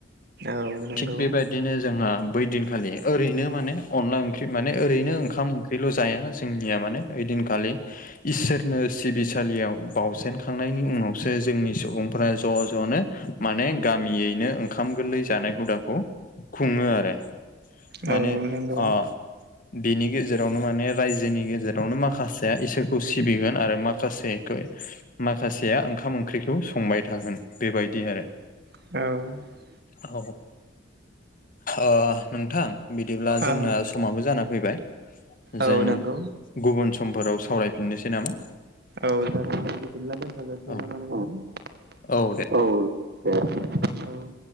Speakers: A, on the right; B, on the left.
A: औ नंगौ
B: थिग बेबादिनो जोङो बै दिनखालि ओरै नो माने अनला ओंख्रि माने ओरैनो ओंखाम ओंख्रिल' जाया जोंनिया माने ओइदिनखालि इसोरनो सिबिसालियाव बावजेनखांनायनि उनावसो जोंनि सुबुंफोरा ज' जनो माने गामियैनो ओंखाम गोरलै जानाय हुदाखौ खुङो आरो। माने
A: औ नंगौ
B: अ बेनि गेजेरावनो माने रायजोनि गेजेरावनो माखासेया इसोरखौ सिबिगोन आरो माखासेखो माखासेया ओंखाम ओंख्रिखौ संबाय थागोन बेबायदि आरो
A: औ
B: औ अ नोंथां बिदिब्ला जोंना
A: औ
B: समाबो जाना फैबाय
A: औ
B: जों
A: नंगौ
B: गुबुन समफोराव सावरायफिननोसै नामा
A: औ जागोन। बिदिब्ला दोनथ' जासिगोन
B: औ
A: नामा नोंथां
B: औ दे।
A: औ दे औ